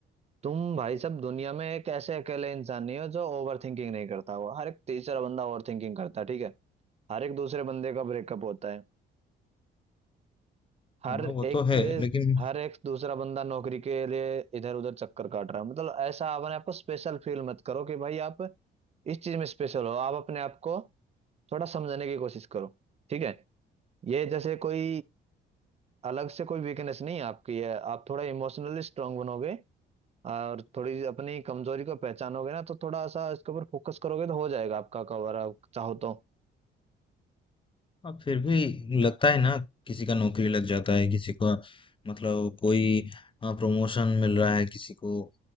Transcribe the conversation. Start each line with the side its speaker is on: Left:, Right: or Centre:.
Right: तुम भाई सब दुनिया में एक ऐसे अकेले इंसान नहीं हो जो ओवर थिंकिंग नहीं करता हो हर एक तीसरा बंदा ओवर थिंकिंग करता है ठीक है हर एक दूसरे बंदे का ब्रेकअप होता है हर
Left: हाँ वो
Right: एक
Left: तो है लेकिन
Right: हर एक दूसरा बंदा नौकरी के लिए इधर उधर चक्कर काट रहा है मतलब ऐसा अपने आप को स्पेशल फील मत करो कि भाई आप इस चीज में स्पेशल हो आप अपने आप को थोड़ा समझने की कोशिश करो ठीक है ये जैसे कोई अलग से कोई वीकनेस नहीं है आपकी है आप थोड़ा इमोशनली स्ट्रांग बनोगे और थोड़ी अपनी कमजोरी को पहचानोगे ना तो थोड़ा सा इसके ऊपर फोकस करोगे तो हो जाएगा आपका कवर आप चाहो तो
Left: हाँ फिर भी लगता है ना किसी का नौकरी लग जाता है किसी का मतलब कोई प्रमोशन मिल रहा है किसी को